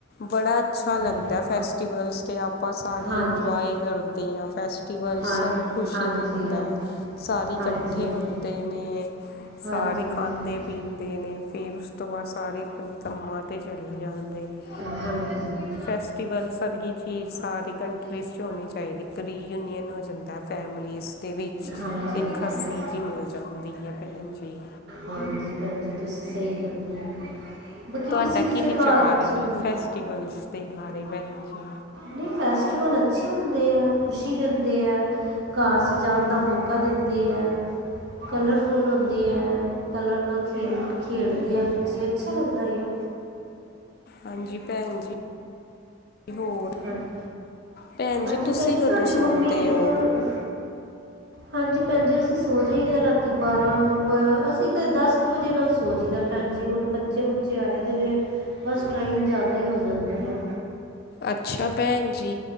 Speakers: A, on the left; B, on the right.
A: ਬੜਾ ਅੱਛਾ ਲੱਗਦਾ
B: ਹਾਂ
A: ਫੈਸਟੀਵਲਸ ਤੇ ਆਪਾਂ ਸਾਰੇ
B: ਹਾਂਜੀ
A: ਇੰਜੋਏ ਕਰਦੇ ਆ ਫੈਸ ਫੈਸਟੀਵਲਸ
B: ਹਾਂ
A: ਸਾਨੂੰ ਖੁਸ਼ੀ
B: ਹਾਂਜੀ
A: ਦਿੰਦਾ
B: ਹਾਂਜੀ।
A: ਐ ਸਾਰੇ
B: ਹਾਂਜੀ
A: ਕੱਠੇ
B: ਹਾਂਜੀ
A: ਹੁੰਦੇ ਨੇ
B: ਹਾਂਜੀ
A: ਸਾਰੇ
B: ਹਾਂਜੀ।
A: ਖਾਂਦੇ-ਪੀਂਦੇ ਨੇ ਫੇਰ ਉਸ ਤੋਂ ਬਾਦ ਸਾਰੇ ਅਪਣੇ ਆ ਤੇ ਚਲੇ ਜਾਂਦੇ ਨੇ
B: ਹਾਂਜੀ
A: ਫੈਸਟੀਵਲ ਸਰਗੀ ਚੀਜ਼ ਸਾਰੀ ਕੰਟਰੀਜ਼ ਹੋਣੀ ਚਾਈਦੀ ਇੱਕ ਰੀਯੂਨੀਅਨ ਹੋ ਜਾਂਦਾ ਫੈਮਲੀਜ਼ ਦੇ ਵਿੱਚ
B: ਹਾਂਜੀ ਹਾਂਜੀ।
A: ਇੱਕ ਹੱਸੀ ਜੀ ਮਿਲ ਜਾਂਦੀ ਹੈ ਭੈਣ ਜੀ
B: ਹਾਂਜੀ ਹਾਂਜੀ ਤੁਸੀਂ ਸਹੀ ਕਰਿੰਦੇ ਹੋ ਬਾਕੀ
A: ਤੁਹਾਡਾ
B: ਕਿਸੇ ਕਿਸੇ
A: ਕੀ ਵਿਚਾਰ
B: ਘਰ ਚ
A: ਹੈ
B: ਹੁੰਦਾ
A: ਫੈਸਟੀਵਲਸ ਦੇ ਬਾਰੇ ਭੈਣ ਜੀ?
B: ਨਹੀਂ ਫੈਸਟੀਵਲ ਅੱਛੇ ਹੁੰਦੇ ਹੈ ਖੁਸ਼ੀ ਦਿੰਦੇ ਹੈ ਘਰ ਸਜਾਣ ਦਾ ਮੌਕਾ ਦਿੰਦੇ ਹੈ ਕਲਰਫੁੱਲ ਹੁੰਦੇ ਹੈ ਕਲਰ ਨਾਲ ਖੇਲ ਖੇਡਦੇ ਆ ਬੱਚੇ ਅੱਛਾ ਲੱਗਦਾ ਆ
A: ਹਾਂਜੀ ਭੈਣ ਜੀ ਹੋਰ
B: ਹਾਂਜੀ
A: ਭੈਣ ਜੀ
B: ਹਾਂਜੀ
A: ਤੁਸੀਂ
B: ਭੈਣ
A: ਕਦੋਂ
B: ਤੁਹਾਡੀ
A: ਸੌਦੇ
B: ਮੰਮੀ ਅ,
A: ਹੋ
B: ਹਾਂਜੀ ਭੈਣ ਜੀ ਅਸੀਂ ਸੌ ਜਾਈਦਾ ਰਾਤੀ ਬਾਰ੍ਹਾਂ ਵ ਅਸੀਂ ਤਾਂ ਦਸ ਕੁ ਵਜੇ ਨਾਲ ਸੋ ਜਈ ਦਾ ਭੈਣ ਜੀ ਹੁਣ ਬੱਚੇ ਬੁੱਚੇ ਆਏ ਦੇ ਨੇ ਬਸ ਟਾਈਮ ਜ਼ਿਆਦਾ ਹੀ ਹੋ ਜਾਂਦਾ ਆ
A: ਅੱਛਾ ਭੈਣ ਜੀ